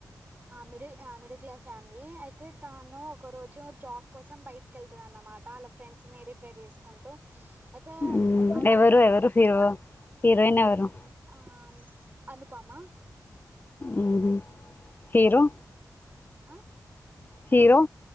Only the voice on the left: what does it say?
ఉమ్,
ఎవరు
ఎవరు హీరో హీరోయిన్ ఎవరు.
ఉమ్మ్ హీరో.
హీరో.